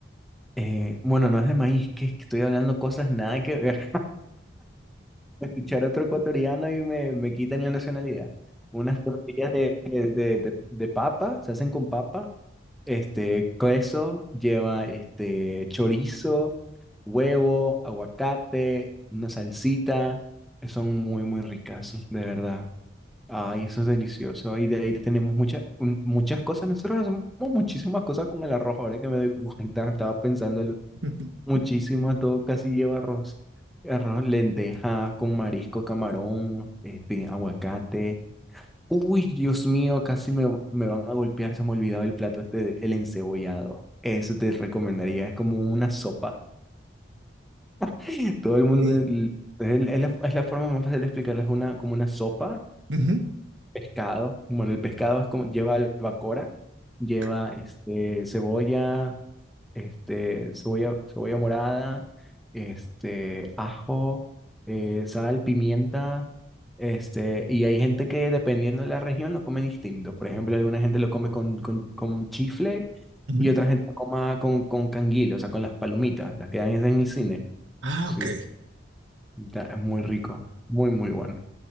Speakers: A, in the centre; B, on the right.
A: eh, bueno, no es de maíz, que que estoy hablando cosas nada que ver. escuchar otro ecuatoriano y me, me quitan la nacionalidad. Unas tortillas de, de, de- de papa, se hacen con papa, este, queso, lleva este, chorizo, huevo, aguacate, una salsita, son muy, muy ricas, de verdad. Ay, eso es delicioso. Y de ahí tenemos muchas muchas cosas. Nosotros hacemos muchísimas cosas con el arroz, ahora que me doy <laughs> cuenta, estaba pensándolo.
B: <laughs>
A: Muchísimas, todo casi lleva arroz. Arroz, lentejas con marisco, camarón, este, aguacate. Uy, Dios mío, casi me, me van a golpear, se me olvidaba el plato este, de- el encebollado. Eso te recomendaría, es como una sopa. <laughs> Todo el mundo,
B: <laughs> Sí.
A: l- es, el- es la, es la forma más fácil de explicarlo, es una, como una sopa,
B: Ujú,
A: pescado. Bueno, el pescado es como, lleva albacora, lleva
B: ok,
A: este, cebolla, este, cebolla, cebolla morada, este, ajo, eh, sal, pimienta, este, y hay gente que dependiendo de la región lo come distinto. Por ejemplo, alguna gente lo come con, con, con chifle
B: ujú.
A: y otra gente lo coma con, con canguil, o sea, con las palomitas, las que dan en el cine.
B: Ah,
A: Sí,
B: ok.
A: da- es muy rico, muy, muy bueno.